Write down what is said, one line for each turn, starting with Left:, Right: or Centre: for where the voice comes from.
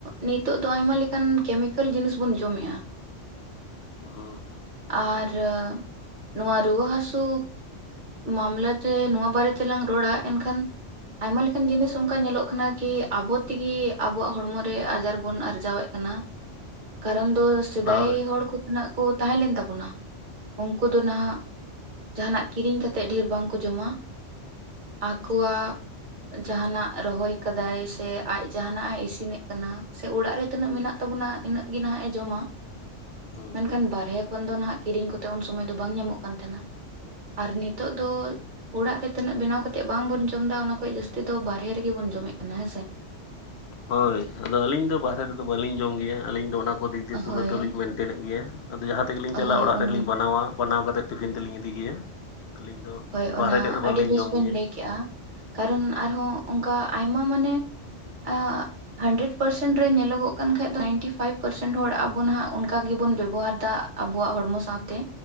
Right: ᱱᱤᱛᱚᱜ ᱫᱚ ᱟᱭᱢᱟ ᱞᱮᱠᱟᱱ ᱠᱮᱢᱤᱠᱮᱞ ᱡᱤᱱᱤᱥ ᱵᱚᱱ ᱡᱚᱢᱮᱜ-ᱟ᱾
Left: ᱦᱩᱸᱜ ᱩ
Right: ᱟᱨᱼᱼ ᱱᱚᱣᱟ ᱨᱩᱣᱟᱹ ᱦᱟᱹᱥᱩ ᱢᱟᱢᱞᱟ ᱛᱮ ᱱᱚᱣᱟ ᱵᱟᱨᱮ ᱛᱮ ᱞᱟᱝ ᱨᱚᱲᱟ ᱮᱱᱠᱷᱟᱱ ᱟᱭᱢᱟ ᱞᱮᱠᱟᱱ ᱡᱤᱱᱤᱥ ᱚᱝᱠᱟ ᱧᱮᱞᱚᱜ ᱠᱟᱱᱟ ᱠᱤ ᱟᱵᱚ ᱛᱮ ᱜᱮ ᱟᱵᱚᱣᱟᱜ ᱦᱚᱲᱢᱚ ᱨᱮ ᱟᱡᱟᱨ ᱵᱚᱱ ᱟᱨᱡᱟᱣᱮᱜᱼᱼ ᱠᱟᱱᱟ ᱠᱟᱨᱚᱱ ᱫᱚ ᱥᱮᱫᱟᱭ
Left: ᱦᱳᱭ
Right: ᱦᱚᱲ ᱠᱩ ᱛᱤᱱᱟᱹᱜ ᱠᱩ ᱛᱟᱦᱮᱸ ᱞᱮᱱ ᱛᱟᱵᱚᱱᱟ ᱩᱝᱠᱩ ᱫᱚ ᱱᱟᱦᱟᱜ ᱡᱟᱦᱟᱱᱟᱜ ᱠᱤᱨᱤᱝ ᱠᱟᱛᱮᱜ ᱰᱷᱤᱨ ᱵᱟᱝ ᱠᱚ ᱡᱚᱢᱟ ᱟᱠᱚᱣᱟᱜ
Left: ᱦᱩᱸ
Right: ᱡᱟᱦᱟ ᱱᱟᱜ ᱨᱚᱦᱚᱭ ᱠᱟᱫᱟᱭ ᱥᱮ ᱟᱡ ᱡᱟᱦᱟᱱᱟᱜ ᱮ ᱤᱥᱤᱱᱮᱜ ᱠᱟᱱᱟ ᱥᱮ ᱚᱲᱟᱜ ᱨᱮ ᱛᱤᱱᱟᱹᱜ ᱢᱮᱱᱟᱜ ᱛᱚ ᱵᱚᱱᱟ ᱤᱱᱟᱹᱜ ᱜᱮ ᱱᱟᱦᱟᱜ ᱮ ᱡᱚᱢᱟ᱾
Left: ᱦᱩᱸ
Right: ᱢᱮᱱᱠᱷᱟᱱ ᱵᱟᱨᱦᱮ ᱠᱷᱚᱱ ᱫᱚ ᱱᱟᱦᱟᱸᱜ ᱠᱤᱨᱤᱧ ᱠᱚ ᱛᱮ ᱩᱱ ᱥᱚᱢᱚᱭ ᱫᱚ ᱵᱟᱝ ᱧᱟᱢᱚᱜ ᱠᱟᱱ ᱛᱟᱦᱮᱱᱟ ᱟᱨ ᱱᱤᱛᱚᱜ ᱫᱚ ᱚᱲᱟᱜ ᱨᱮ ᱛᱤᱱᱟᱹᱜ ᱵᱮᱱᱟᱣ ᱠᱟᱛᱮᱜ ᱵᱟᱝ ᱵᱚᱱ ᱡᱚᱢ ᱫᱟ ᱚᱱᱟ ᱠᱷᱚᱱ ᱡᱟᱹᱥᱛᱤ ᱫᱚ ᱵᱟᱨᱦᱮ ᱨᱮ ᱜᱮ ᱵᱚᱱ ᱡᱚᱢ ᱮᱜ ᱠᱟᱱᱟ ᱦᱮᱸ ᱥᱮ
Left: ᱦᱳᱭ ᱟᱫᱚ ᱟᱹᱞᱤᱧ ᱫᱚ ᱵᱟᱦᱨᱮ ᱨᱮ ᱫᱚ ᱵᱟᱹᱞᱤᱧ ᱡᱚᱢ ᱜᱮᱭᱟ ᱟᱹᱞᱤᱧ ᱫᱚ ᱚᱱᱟ ᱠᱚ ᱫᱤᱠ ᱫᱤᱭᱮ ᱯᱩᱨᱟᱹᱴᱟ
Right: ᱦᱳᱭ
Left: ᱞᱤᱧ ᱢᱮᱱ ᱴᱮᱱᱮᱜ ᱜᱮᱭᱟ ᱟᱫᱚ ᱡᱟᱦᱟᱸ ᱛᱮ ᱜᱮ ᱞᱤᱧ ᱪᱟᱞᱟᱜ
Right: ᱦᱳᱭ
Left: ᱚᱲᱟᱜ
Right: ᱚᱱ
Left: ᱨᱮ ᱞᱤᱧ ᱵᱟᱱᱟᱣᱟ ᱵᱟᱱᱟᱣ ᱠᱟᱛᱮᱫ ᱴᱤᱯᱷᱤᱱ ᱛᱮ ᱞᱤᱧ ᱤᱫᱤ ᱜᱮᱭᱟ ᱟᱹᱞᱤᱧ ᱫᱚ
Right: ᱦᱳᱭ
Left: ᱵᱟᱨᱦᱮ
Right: ᱚᱱᱟ
Left: ᱴᱷᱮᱡ ᱫᱚ ᱵᱟᱝᱞᱤᱧ
Right: ᱟᱹᱰᱤ ᱵᱮᱥ
Left: ᱡᱚᱢ
Right: ᱵᱮᱱ
Left: ᱜᱮᱭᱟ
Right: ᱞᱟᱹᱭ ᱠᱮᱜ-ᱟ ᱠᱟᱨᱚᱱ ᱟᱨ ᱦᱚᱸ ᱚᱝᱠᱟ ᱟᱭᱢᱟ ᱢᱟᱱᱮ ᱟᱸᱜ ᱦᱟᱱᱰᱨᱮᱰ ᱯᱟᱨᱥᱮᱱᱴ ᱨᱮ ᱧᱮᱞᱚ ᱜᱚᱜ ᱠᱟᱱ ᱠᱷᱟᱡ ᱫᱚ ᱱᱟᱭᱤᱱᱴᱤ ᱯᱷᱟᱭᱤᱵ ᱯᱟᱨᱥᱮᱱᱴ ᱦᱚᱲ ᱟᱵᱚ ᱱᱟᱦᱟᱸᱜ ᱚᱱᱠᱟ ᱜᱮ ᱵᱚᱱ ᱵᱮᱵᱚᱦᱟᱨ ᱫᱟ ᱟᱵᱚᱣᱟᱜ ᱦᱚᱲᱢᱚ ᱥᱟᱣ ᱛᱮ